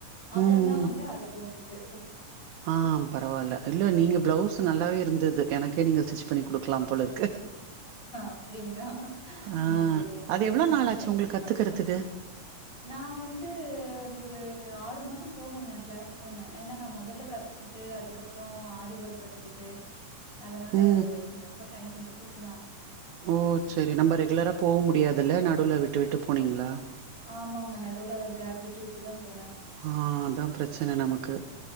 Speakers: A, on the left (about 25°); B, on the right (about 75°).
A: அப்பறந்
B: ம்
A: தா வந்து அடுத்தவுங்களுக்கு
B: ஆ பரவால்ல இல்ல நீங்க ப்ளவுஸ் நல்லாவே இருந்தது எனக்கே நீங்க ஸ்டிச் பண்ணி குடுக்கலா போல இருக்கு
A: அப்டிங்களா
B: ஆ
A: ம் சரி ஒண்ணு
B: அது
A: குடுங்க
B: எவ்ளோ
A: நம்ம
B: நாளாச்சு
A: ட்ரை
B: உங்களுக்கு
A: பண்ணி
B: கத்துக்கறதுக்கு
A: பாக்கலா நா வந்து அது ஒரு ஆறு மாசோ போனங்க கிளாஸ் போனே ஏனா நா மொதல்ல கத்து கிட்டு அதுக்கப்பறோ ஆரி ஒர்க் கத்துக்கிட்டு
B: <inaudible>
A: அதுனால
B: ம்
A: அது எனக்கு ரொம்ப டைம் எடுத்துச்சு தா
B: ஓ செரி நம்ம ரெகுலராக போக முடியாதுல்ல நடுல விட்டு விட்டு போனீங்ளா
A: ஆமாங்க நடூல கேப் விட்டு விட்டுதா போனே
B: ஆ அதா பிரச்சன நமக்கு